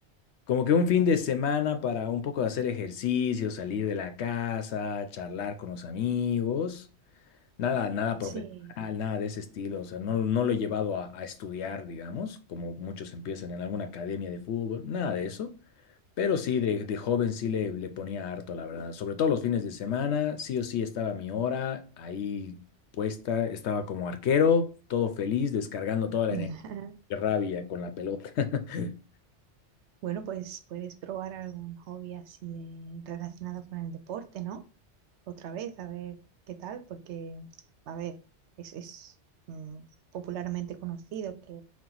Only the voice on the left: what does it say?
como que un fin de semana para un poco de hacer ejercicio, salir de la casa, charlar con los amigos, nada, nada profesional,
nada de ese estilo, o sea, no, no lo he llevado a, a estudiar, digamos, como muchos empiezan en alguna academia de fútbol, nada de eso, pero sí, de, de joven sí le, le ponía harto, la verdad. Sobre todo los fines de semana, sí o sí estaba mi hora ahí puesta, estaba como arquero, todo feliz, descargando toda la
energía y rabia con la pelota. <laughs>